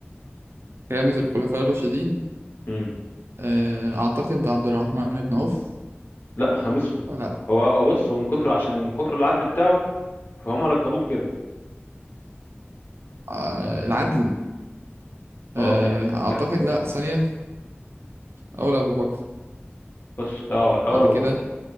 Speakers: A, on the right; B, on the left.
A: خامس الخلفاء الراشدين
B: مم.
A: آه، أعتقد عبد الرحمن بن عوف
B: لا خامسهم
A: لا
B: هو هو بص هو من كتر عشان من كتر العدل بتاعه فهم لقبوه بكده
A: آه، العدل آه،
B: اه كان
A: أعتقد
B: كان
A: لا ثانية أول أبو بكر
B: بص اه الاول
A: بعد
B: ابو
A: كده
B: بكر